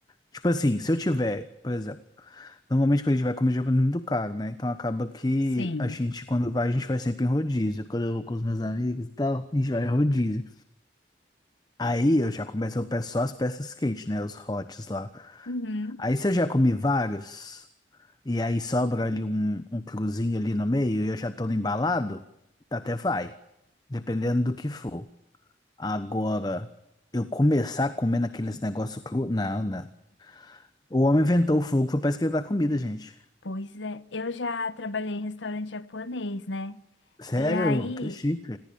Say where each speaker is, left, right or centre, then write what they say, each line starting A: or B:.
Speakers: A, on the left (about 20°); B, on the left (about 80°).
A: Tipo assim, se eu tiver, por exemplo. Normalmente quando a gente vai comer japonês é muito caro, né? Então acaba que
B: sim.
A: a gente, quando vai, a gente vai sempre em rodízio. Quando eu vou com os meus amigos e tal, a gente vai em rodízio. Aí eu já começo, a peço só as peças quentes, né? Os hots lá.
B: Uhum.
A: Aí se eu já comi vários, e aí sobra ali um, um cruzinho ali no meio, e eu já tô no embalado, até vai. Dependendo do que for. Agora, eu começar comendo aqueles negócios cru. Não, não. O homem inventou o fogo, foi pra esquentar a comida, gente.
B: Pois é, eu já trabalhei em restaurante japonês, né?
A: Sério?
B: E aí,
A: Que chique.